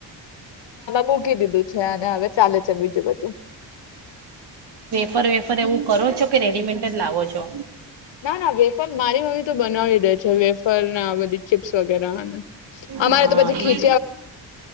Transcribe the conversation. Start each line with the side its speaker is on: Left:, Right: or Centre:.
Left: મૂકી દીધું છે અને હવે ચાલે છે બીજું બધું.
Right: ફર વેફર એવું કરો છો કે રેડીમેન્ટ જ લાવો છો.
Left: ના ના વેફર મારી મમ્મી તો બનાવી દે છે વેફર આ બધી ચીપ્સ વગેરે અમારે
Right: હા
Left: તો પછી ખીચ
Right: એ